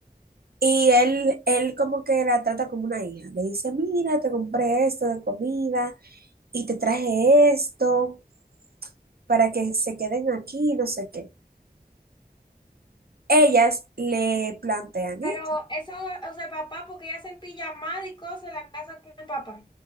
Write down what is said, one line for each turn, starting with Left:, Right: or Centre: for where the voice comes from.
Right: Y él, él como que la trata como una hija. Le dice, mira, te compré esto de comida y te traje esto para que se queden aquí, no sé qué. Ellas le plantean
Left: Pero
Right: esto.
Left: eso, o sea, el papá, porque ella se empilla mal y cosas, la casa con el papá.